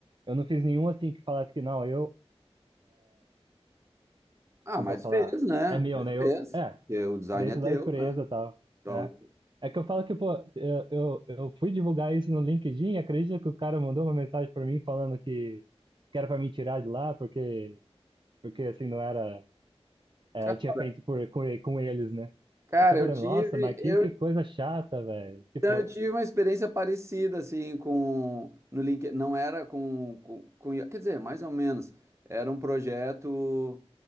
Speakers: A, on the right; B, on the right.
A: Eu não fiz nenhum assim que falasse que não, eu
B: Ah,
A: como
B: mas
A: posso falar?
B: fez, né?
A: É meu,
B: Mas
A: né?
B: fez.
A: Eu, é,
B: Porque o design
A: dentro
B: é teu,
A: da empresa
B: né?
A: e tal.
B: Então,
A: É. É que eu falo que, pô, eu, eu, eu fui divulgar isso no LinkedIn, acredita que o cara mandou uma mensagem pra mim falando que, que era pra me tirar de lá, porque, porque assim, não era. é,
B: ca-
A: eu tinha feito por, com, e- com eles, né?
B: cara,
A: Eu tava
B: eu
A: falando,
B: tive,
A: nossa, mas
B: eu,
A: que, que coisa chata, velho. Tipo,
B: então eu tive uma experiência parecida assim com no LinkedIn, não era com, com, com, I A, quer dizer, mais ou menos, era um projeto